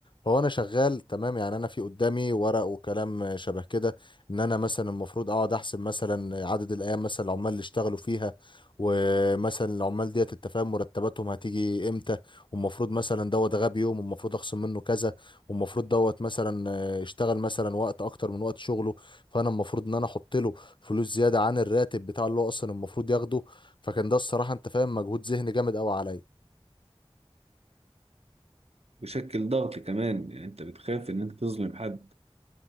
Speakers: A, on the left (about 50°); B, on the right (about 75°).
A: فهو انا شغال تمام يعني انا في قدامي ورق وكلام شبه كده ان انا مثلا المفروض اقعد احسب مثلا عدد الايام مثلا العمال اللي اشتغلوا فيها ومثلا العمال ديت انت فاهم مرتباتهم هتيجي امتى والمفروض مثلا دوت غاب يوم والمفروض اخصم منه كذا والمفروض دوت مثلا آه، اشتغل مثلا وقت اكتر من وقت شغله فانا المفروض ان انا احط له فلوس زياده عن الراتب بتاع اللي هو اصلا المفروض ياخده فكان ده الصراحه انت فاهم مجهود ذهني جامد قوي عليا
B: بيشكل ضغط كمان يعني انت بتخاف ان انت تظلم حد